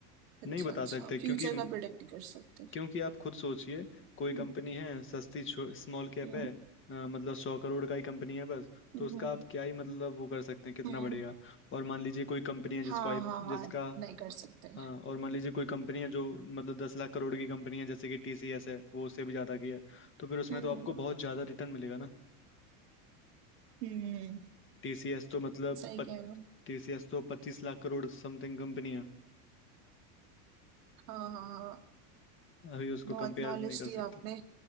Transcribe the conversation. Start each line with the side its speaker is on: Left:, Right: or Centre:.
Right: अच्छा
Left: नहीं बता
Right: अच्छा
Left: सकते क्योंकि
Right: फ्यूचर का प्रोडिक्ट कर सकते हैं
Left: क्योंकि आप खुद सोचिए कोई
Right: हम्म
Left: कंपनी है सस्ती स्मॉल कैप
Right: हम्म
Left: है अ, मतलब सौ करोड़ का ही कंपनी है बस तो
Right: हम्म
Left: उसका आप क्या ही मतलब वो कर सकते हैं कितना
Right: हम्म।
Left: बढ़ेगा और मान लीजिए कोई कंपनी है जिसको
Right: हाँ
Left: आप
Right: हाँ हाँ
Left: जिसका
Right: नहीं कर सकते
Left: हाँ और मान लीजिए कोई कंपनी है जो मतलब दस लाख करोड़ की कंपनी है जैसे कि टीसीएस है वो उससे भी ज़्यादा की है तो फिर उसमें
Right: हम्म
Left: तो आपको बहुत ज़्यादा रिटर्न मिलेगा ना
Right: हम्म हम्म,
Left: टीसीएस तो मतलब
Right: सही कह रहे हो
Left: टीसीएस तो पच्चीस लाख करोड़ समथिंग कंपनी है
Right: हाँ हाँ हाँ,
Left: अभी उसको
Right: बहुत
Left: कंपेयर
Right: नॉलेज
Left: नहीं कर
Right: दी
Left: सकते
Right: आपने